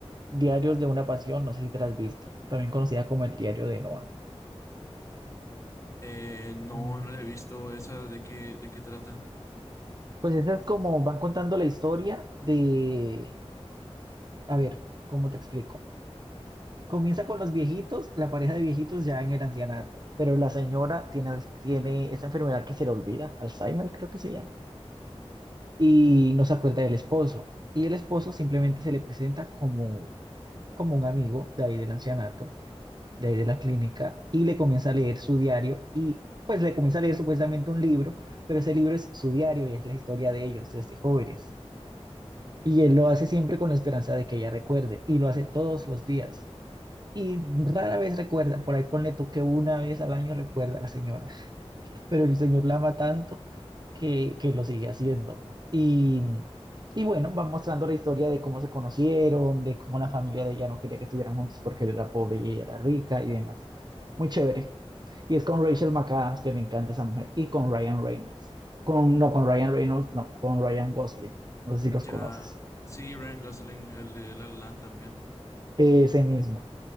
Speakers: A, on the right (about 40°); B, on the left (about 30°).
A: Diarios de una Pasión, no sé si te la has visto, también conocida como El Diario de Noah.
B: Eh, no,
A: Mm,
B: no la he visto. ¿Esa de qué, de qué trata?
A: Pues esa es como van contando la historia de, a ver, ¿cómo te explico? Comienza con los viejitos, la pareja de viejitos ya en el ancianato, pero la señora tiene, tiene esa enfermedad que se le olvida, Alzheimer creo que se llama y no se acuerda del esposo. Y el esposo simplemente se le presenta como, como un amigo de ahí del ancianato, de ahí de la clínica, y le comienza a leer su diario y pues le comienza a leer supuestamente un libro, pero ese libro es su diario y es la historia de ellos desde jóvenes. Y él lo hace siempre con la esperanza de que ella recuerde y lo hace todos los días. Y rara vez recuerda, por ahí ponle tú que una vez al año recuerda a la señora pero el Señor la ama tanto que, que lo sigue haciendo. Y, y bueno, va mostrando la historia de cómo se conocieron, de cómo la familia de ella no quería que estuvieran juntos porque él era pobre y ella era rica y demás. Muy chévere. Y es con Rachel McAdams, que me encanta esa mujer, y con Ryan Reynolds. Con, no, con Ryan Reynolds, no, con Ryan Gosling. No sé si los
B: Ya,
A: conoces.
B: sí, Ryan Gosling, el de La La Land también.
A: Ese mismo.